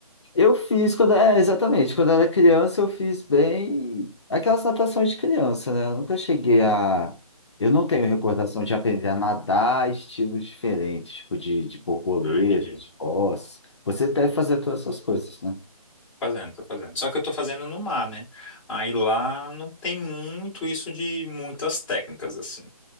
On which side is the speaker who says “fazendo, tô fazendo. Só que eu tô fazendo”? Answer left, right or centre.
Centre